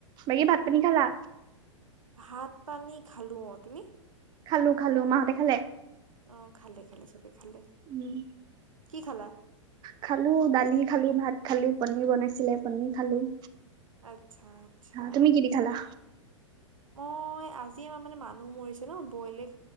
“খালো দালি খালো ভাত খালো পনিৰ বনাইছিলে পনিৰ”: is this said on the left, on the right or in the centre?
Right